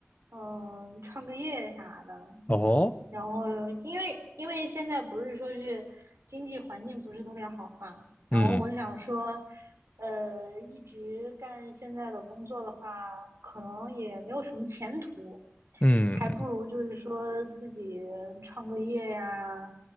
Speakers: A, on the right; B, on the left.
A: 嗯，创个业啥的。
B: 哦，
A: 然后因为因为现在不是说是经济环境不是特别好嘛，然后我想说，
B: 嗯
A: 呃，一直干现在的工作的话，可能也没有什么前途，
B: 嗯
A: 还不如就是说自己创个业呀，